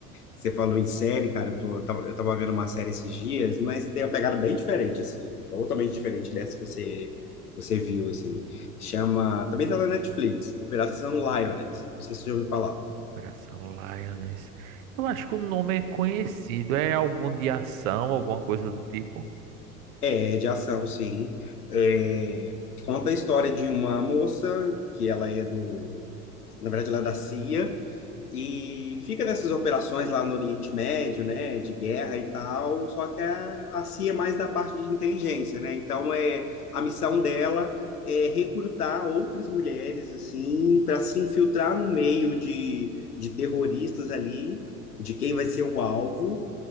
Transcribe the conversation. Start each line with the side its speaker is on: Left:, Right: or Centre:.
Left: Você falou em série, cara, eu tô, eu tava, eu tava vendo uma série esses dias, mas tem uma pegada bem diferente, assim, totalmente diferente dessa que você, você viu, assim. Chama, também tá na Netflix, Operação Lioness. Não sei se você já ouviu falar.
Right: Operação Lioness. Eu acho que o nome é conhecido, é algum de ação, alguma coisa do tipo.
Left: É, de ação, sim. É, conta a história de uma moça que ela é do, na verdade ela é da CIA, E fica nessas operações lá no Oriente Médio, né, de guerra e tal, só que a, a CIA é mais da parte de inteligência, né? Então é a missão dela é recrutar outras mulheres assim para se infiltrar no meio de, de terroristas ali, de quem vai ser o alvo,